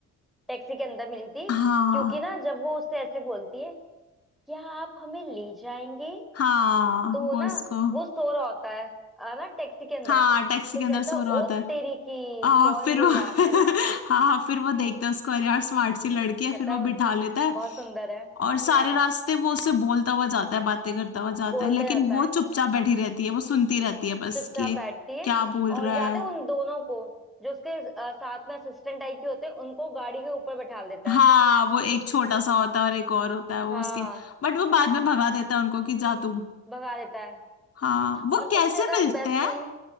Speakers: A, in the centre; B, on the left (about 50°).
A: टैक्सी के अंदर मिली थी
B: हाँ
A: क्योंकि ना जब वो उससे ऐसे बोलती है क्या आप हमें ले जाएंगे
B: हाँ
A: तो
B: वो
A: ना
B: उसको
A: वो सो रहा होता है आ, ना टैक्सी के अंदर
B: हाँ टैक्सी
A: तो
B: के
A: कहता
B: अंदर सो
A: है, ओ
B: रहा होता है
A: तेरी की
B: आ,
A: कौन
B: फिर
A: बोला
B: वो <laughs> हाँ
A: है ना
B: हाँ फिर वो देखता है उसको अरे यार स्मार्ट सी लड़की है
A: कहता
B: फिर वो बिठा लेता है
A: बहुत सुंदर है
B: और सारे
A: हाँ
B: रास्ते वो उससे बोलता हुआ जाता है बातें करता हुआ जाता
A: बोलता
B: है लेकिन
A: जाता
B: वो
A: है
B: चुपचाप बैठी रहती है वो सुनती रहती है बस
A: चुपचाप
B: कि ये
A: बैठती है
B: क्या बोल रहा
A: और याद
B: है
A: है उन दोनों को जो उसके अ, साथ में असिस्टेंट टाइप के होते हैं उनको गाड़ी के ऊपर बैठा देता
B: हाँ
A: है
B: वो एक छोटा सा होता है और एक और होता है वो
A: हाँ
B: उसके बट वो बाद में भगा देता है उनको कि जा तू
A: भगा देता है
B: हाँ वो
A: और सबसे
B: कैसे
A: ज्यादा
B: मिलते
A: बेस्ट
B: हैं
A: सीन